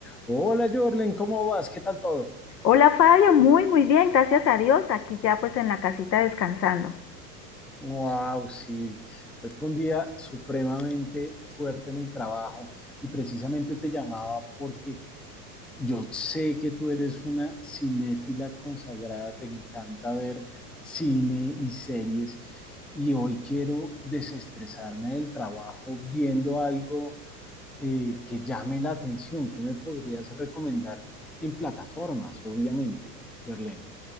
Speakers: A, in the centre; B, on the left.
A: Hola Jorlen, ¿cómo vas? ¿Qué tal todo?
B: Hola Fabio, muy muy bien, gracias a Dios, aquí ya pues en la casita descansando.
A: Wow, sí. Hoy fue un día supremamente fuerte en el trabajo y precisamente te llamaba porque yo sé que tú eres una cinéfila consagrada, te encanta ver cine y series y hoy quiero desestresarme del trabajo viendo algo eh, que llame la atención. ¿Qué me podrías recomendar en plataformas, obviamente, Jorlen?